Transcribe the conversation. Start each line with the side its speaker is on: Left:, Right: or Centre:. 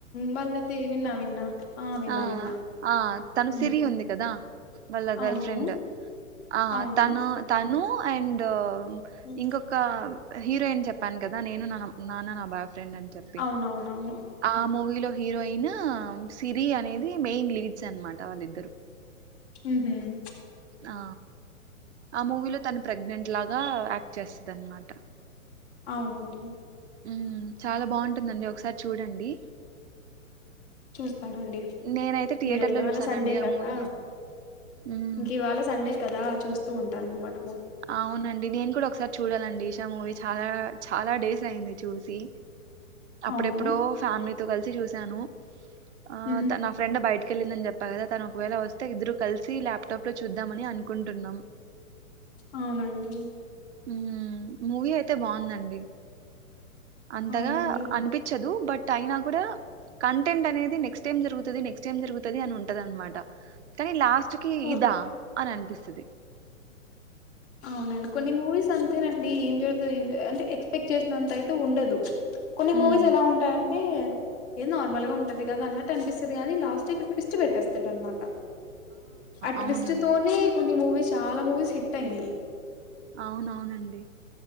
Left: వాళ్ళతి విన్నా విన్నా విన్నా
Right: ఆ
Left: విన్నా
Right: ఆ తను
Left: హ్మ్.
Right: సిరి ఉంది కదా వాళ్ళ గర్ల్
Left: అవును
Right: ఫ్రెండ్ ఆ
Left: అవును
Right: తను తన్ నూ అండ్ మ్మ్
Left: హ్మ్.
Right: ఇంకొకా హీరోయిన్ చెప్పాను కదా నేను నా నాన్న నా బాయ్ ఫె ఫ్రెండ్ అని చెప్పి
Left: అవునవునవును
Right: ఆ మూవీలో హీరోయిన్ స్ సిరీ అనేది మెయిన్ లీడ్స్ అన్నమాట వాళ్ళిద్దరు
Left: మ్మ్ హ్మ్
Right: ఆ ఆ మూవీలో తను ప్రెగ్నెంట్ లాగా యాక్ట్ చేస్తదన్నమాట
Left: అవునండి
Right: మ్మ్ చాలా బాగుంటుందండి ఒకసారి చూడండి
Left: చూస్తానండి
Right: నేనైతే థియేటర్‌లో
Left: మీరు ఇవాళ
Right: జూసానండి
Left: సండే
Right: ఆ
Left: కదా
Right: మూవీ. హ్మ్.
Left: ఇంకివాళ సండే కదా చూస్తూ ఉంటానన్నమాట
Right: అవునండి నేను కూడా ఒకసారి చూడాలండి ఇష్ తా మూవీ చాలా చాలా డేస్ అయింది చూసి అప్పుడెప్పుడో
Left: అవును
Right: ఫ్యామిలీత్ తో కలిసి చూశాను ఆ
Left: హ్మ్.
Right: తనా ఫ్రెండ్ బయట్ తీకెళ్ళిందని చెప్ప కదా తను ఒకవేళ వస్తే ఇద్దరు కలిసి ల్యాప్టాప్ లో చూద్దామని అనుకుంటున్నాం
Left: అవునండీ
Right: మ్మ్ మూవీ అయితే బాగుందండి అంతగా
Left: అవునండి
Right: అనిపిచ్చదు బట్ అయినా కూడా కంటెంట్ అనేది నెక్స్ట్ ఏమ్ జరుగుతది నెక్స్ట్ ఏం జరుగుతది అని ఉంటది అనమాట కానీ లాస్ట్ చికి
Left: ఓ
Right: ఇదా అని అనిపిస్తుంది
Left: అవునండి కొన్ని మూవీస్ అంతేనండి, ఏం జరుగుతుంది ఏం అంటే ఎక్స్పెక్ట్ చేసినంత అయితే ఉండదు. కొన్ని మూవీస్
Right: ఉమ్
Left: ఎలా ఉంటాయ అంటే ఏం నార్మల్ గా ఉంటది కదా అన్నట్టు అనిపిస్తుది గాని లాస్ట్ ట్విస్ట్ పెట్టేస్తాడు అనమాట ఆ ట్విస్ట్
Right: అవునండి
Left: తోనే కొన్ని మూవీ చాలా మూవీస్ హి ట్ అయినాయ్
Right: అవునవునండి